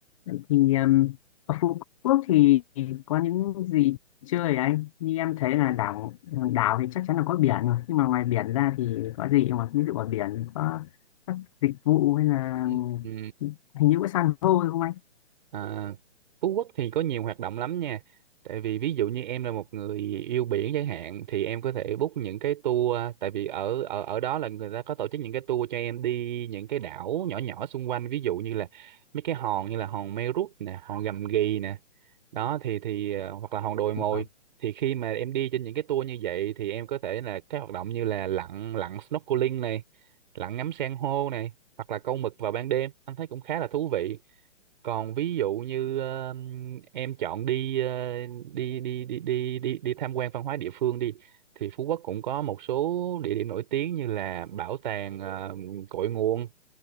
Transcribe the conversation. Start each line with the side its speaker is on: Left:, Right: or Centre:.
Left: Vậy thì um, ở Phú Quốc thì có những gì chơi hả anh? Như em thấy là đảo đảo thì chắc chắn là có biển rồi, nhưng mà ngoài biển ra thì có gì không ạ? Ví dụ ở biển có các dịch vụ hay là
Right: Ừ. ừ.
Left: hình như có san hô đúng không anh?
Right: À, Phú Quốc thì có nhiều hoạt động lắm nha. Tại vì ví dụ như em là một người yêu biển chẳng hạn thì em có thể book những cái tour tại vì ở ở ở đó là người ta có tổ chức những cái tour cho em đi những cái đảo nhỏ nhỏ xung quanh ví dụ như là mấy cái hòn như là hòn Mây Rút nè, hòn Gầm Ghì nè. Đó thì thì ờ, hoặc là hòn Đồi Mồi
Left: Vâng,
Right: thì khi mà em đi trên những cái tour như vậy thì em có thể là các hoạt động như là lặn lặn snorkeling này, lặn ngắm san hô này hoặc là câu mực vào ban đêm. Anh thấy cũng khá là thú vị còn ví dụ như ờ, em chọn đi, ờ, đi đi đi đi đi đi tham quan văn hóa địa phương đi thì Phú Quốc cũng có một số địa điểm nổi tiếng như là bảo tàng ờ, cội nguồn